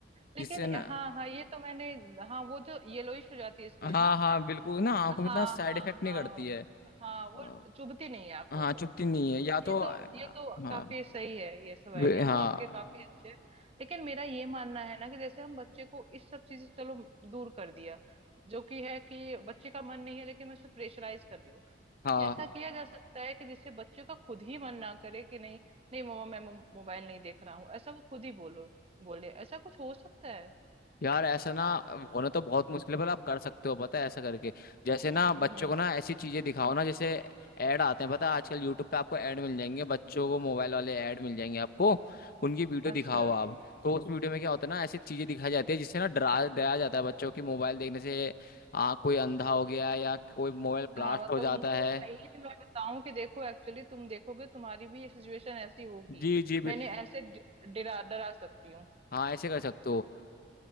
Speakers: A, on the right (about 35°); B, on the left (about 55°).
A: लेकिन
B: जिससे ना
A: हाँ हाँ ये तो मैंने हाँ वो जो येलोइश हो जाती है स्क्रीन
B: हाँ
A: ना
B: हाँ बिल्कुल ना आंखों
A: हाँ
B: में इतना साइड
A: हाँ
B: इफेक्ट नहीं
A: हाँ
B: करती है
A: हाँ वो
B: अ,
A: चुभती नहीं है आंखों
B: हाँ
A: को
B: चुभती नहीं है
A: हाँ,
B: या तो
A: ये
B: हाँ
A: तो ये तो काफी सही है ये सब
B: वे-
A: आइडिया ना
B: हाँ
A: आपके काफी अच्छे हैं लेकिन मेरा ये मानना है ना कि जैसे हम बच्चे को इस सब चीज से चलो दूर कर दिया जो कि है कि बच्चे का मन नहीं है लेकिन मैं उसे प्रेशराइज कर रही हूँ कुछ
B: हाँ
A: ऐसा किया जा सकता है कि जिससे बच्चे का खुद ही मन ना करे कि नहीं नहीं मम्मा मैं मो- मोबाइल नहीं देख रहा हूँ ऐसा वो खुद ही बोलो बोले ऐसा कुछ हो सकता है
B: यार ऐसा ना होना तो बहुत मुश्किल है पर आप कर सकते हो पता है ऐसा करके जैसे
A: हम्म
B: ना बच्चों
A: हम्म
B: को ना ऐसी चीजें दिखाओ ना जैसे ऐड आते हैं पता है आजकल यूट्यूब पे आपको ऐड मिल जाएंगे बच्चों को मोबाइल वाले ऐड मिल जाएंगे आपको उनकी वीडियो
A: अच्छा
B: दिखाओ आप तो उस वीडियो में क्या होता है ना ऐसी चीजें दिखाई जाती है जिससे ना डरा डराया जाता है बच्चों की मोबाइल देखने से आ, कोई अंधा हो गया या कोई मोबाइल ब्लास्ट
A: हाँ मतलब
B: हो जाता
A: उनको
B: है
A: सही में मैं बताऊं कि देखो एक्चुअली तुम देखोगे तुम्हारी भी ये सिचुएशन ऐसी होगी
B: जी जी बिल-
A: मैंने ऐसे डि- डरा डरा सकती हूँ
B: हाँ ऐसे कर सकते हो